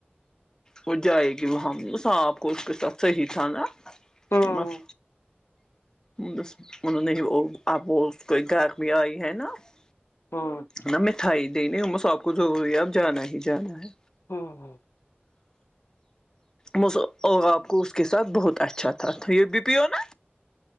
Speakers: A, on the left; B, on the left.
A: وہ جائے گ اللہم صاف خوش کوش ت صحیح انا
B: ہوں
A: بس بس مطل نہیں اب اس کوئی گرمی آئی ہے نا <unintelligible>
B: ہوں
A: ن مٹھائی د نہیں ہوں میں س آب کو ضروری ہے اب جانا ہی جانا ہے
B: ہوں ہوں <inaudible>
A: م آاب کو ا اس کے ساتھ بہت اچھا تھا یہ بھی پیو نا